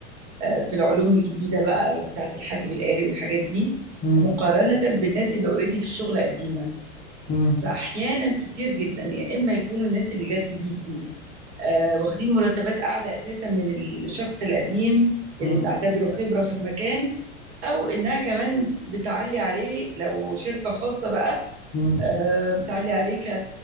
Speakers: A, on the right; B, on the left.
A: آه، في العلوم الجديده بقى بتاعه الحاسب الآلي والحاجات دي
B: مم.
A: مقارنه بالناس اللي اوريدي في الشغل قديمه
B: مم.
A: فاحيانا كتير جدا يا اما يكونوا الناس اللي جت جديد دي آه واخدين مرتبات اعلى اساسا من الشخص القديم
B: مم.
A: اللي بنعتبره خبره في المكان او انها كمان بتعلي عليه لو شركه خاصه بقى
B: مم.
A: آه بتعلي عليه ك-